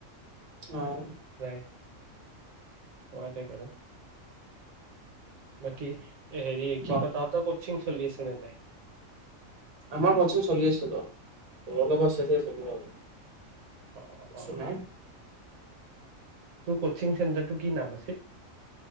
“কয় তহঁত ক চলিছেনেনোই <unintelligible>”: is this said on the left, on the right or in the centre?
Right